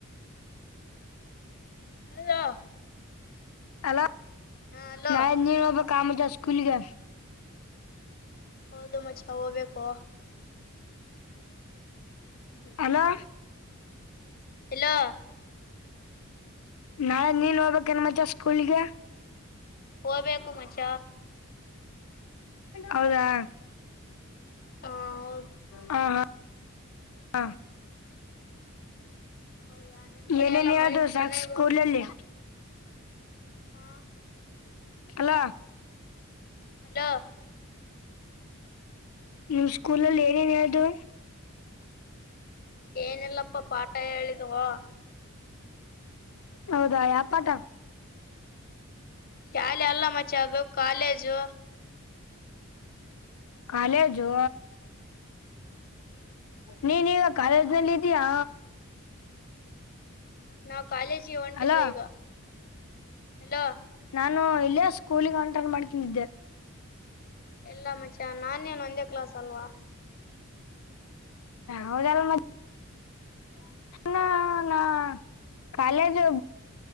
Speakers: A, on the left; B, on the left.
A: ಹಲೋ.
B: ಅಲ್ಲ
A: ಹಲೋ
B: ನಾ ನೀನ್ ಹೋಗಬೇಕ ಆಮಜ ಸ್ಕೂಲ್ಗೆ.
A: ಹೌದು ಮಚ್ಚ ಹೋಗ್ಬೇಕು.
B: ಅಲೋ.
A: ಎಲ್ಲೋ
B: ನಾಳೆ ನೀನ್ ಹೋಗ್ಬೇಕನಮ್ಮಚ ಸ್ಕೂಲ್ಗೆ.
A: ಹೋಗ್ಬೇಕು ಮಚ್ಚ
B: ಹೌದಾ.
A: ಹಾ ಹೌದು.
B: ಹಾ ಹಾ ಹಾ.
A: ಹೌದಾ ನಿಮ್ ಕಡೆ
B: ಏನೇನ
A: ಎಲ್ಲಾ ಮಳಿ
B: ಅೂ ಸಾಕ್
A: ಚೆನ್ನಾಗಿ
B: ಸ್ಕೂಲಲ್ಲಿ.
A: ಬ ಹಾ.
B: ಅಲ್ಲೋ.
A: ಹಲೋ.
B: ನಿಮ್ ಸ್ಕೂಲಲ್ಲಿ ಏನೇನು ಹೇಳದು.
A: ಏನಿಲ್ಲಪ್ಪ ಪಾಠ ಹೇಳಿದವು.
B: ಹೌದಾ ಯಪ್ಪಾಟ.
A: ಶಾಲೆ ಅಲ್ಲ ಮಚ್ಚ ಅದು ಕಾಲೇಜು.
B: ಕಾಲೇಜು.
A: ಹ್ಮ
B: ನೀ ನೀ ಕಾಲೇಜನಲ್ಲಿ ಇದ್ಯಾ.
A: ನಾವು ಕಾಲೇಜಿ ಹೊಂಟಿದ್ದು
B: ಅಲ್ಲ
A: ಈಗ ಹಲೋ.
B: ನಾನು ಇಲ್ಲೇ ಸ್ಕೂಲಿಗೆ ಆಂಟನ್ ಮಾಡ್ಕೊಂಡಿದ್ದೆ
A: ಎಲ್ಲ ಮಚ್ಚ ನಾನೇನು ಒಂದೇ ಕ್ಲಾಸ್ ಅಲ್ವಾ.
B: ಹೌದ ಮ. ನ ಕಾಲೇಜ್.